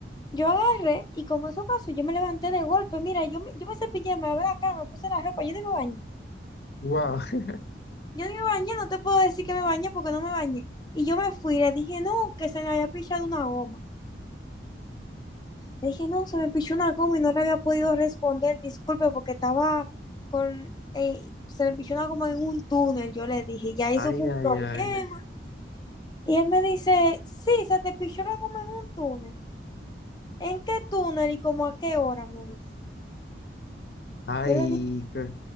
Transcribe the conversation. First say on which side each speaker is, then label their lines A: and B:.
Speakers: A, on the left; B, on the left.
A: yo agarré y como eso pasó, yo me levanté de golpe. Mira, yo me, yo me cepillé, me lavé la cara, me puse la ropa, yo ni me bañé.
B: Wow. <laughs>
A: Yo ni me bañé, no te puedo decir que me bañé porque no me bañé. Y yo me fui, le dije, no, que se me había pichado una goma. Le dije, no, se me pichó una goma y no le había podido responder, disculpe, porque estaba con, eh, se me pichó una goma en un túnel, yo le dije, ya eso
B: Ay,
A: fue
B: ay,
A: un problema.
B: ay.
A: Y él me dice, sí, se te pichó la goma en un túnel. ¿En qué túnel y como a qué hora? Me dice.
B: Ay,
A: Yo le
B: ¿qué?